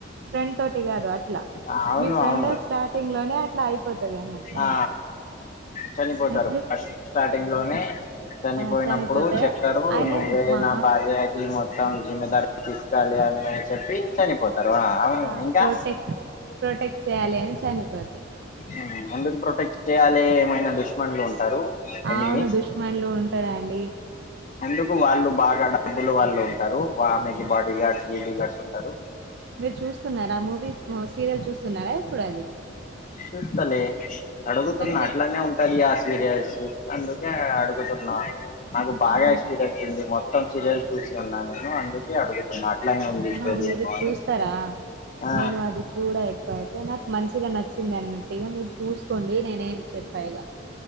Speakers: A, on the right; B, on the left.
A: ఫ్రెండ్ తోటి కాదు అట్లా
B: ఆ అవును
A: మీ ఫ్రెండ్
B: అవును
A: స్టార్టింగ్ లోనే అట్లా అయిపోతుంది అన్నట్టు
B: ఆ చనిపోతారు
A: అయితే
B: ఫస్ట్ స్టార్టింగ్
A: ఆ
B: లోనే చనిపోయినప్పుడు
A: ఆ చనిపోతే
B: చెప్తారు
A: ఆయనే
B: నువ్వే
A: మా
B: నా బా ది మొత్తం జిమ్మమెద తీసుకాల అని చెప్పి చనిపోతుంది ఆహ్ తర్వా అవును
A: ఆ
B: ఇంకా
A: ప్రొటెక్ట్ ప్రొటెక్ట్ చేయాలి అని చనిపోతాడు
B: ఆ ఎందుకు ప్రొటెక్ట్ చేయాలి ఏమైనా దుష్మనులు ఉంటారు ఎనిమీస్
A: అవును దుష్మన్లు ఉంటరా అండి
B: అందుకు వాళ్ళు బాగా డబ్బులు వాళ్ళు ఉంటరు ఆమెకి బాడీ గార్డ్స్ ఏలీ గార్డ్స్ ఉంటారు.
A: మీరు చూస్తున్నారా మూవీ సీరియల్ చూస్తున్నారా ఇప్పుడు అది
B: చూస్తలే అడుగుతున్న
A: మీకు
B: అట్లనే ఉంటది ఆసిర్యస్ అందుకే అడుగుతున్నా నాకు బాగా
A: ఆన్
B: ఎక్స్పీరియన్స్ ఉంది మొత్త మొత్తం సీరియల్ చూసి ఉన్నా నేను అందుకే అడుగుతున్నా అట్లానే ఉంది
A: ఆహా
B: స్టోరీ
A: మీరు
B: ఏమో
A: చూస్తరా
B: ఆ
A: నేను అది చూడ ఎక్కువ అయితే నాకు మంచిగా నచ్చి అన్నట్టుగా మీరు చూసుకోండి నేనేం చెప్పాఇగా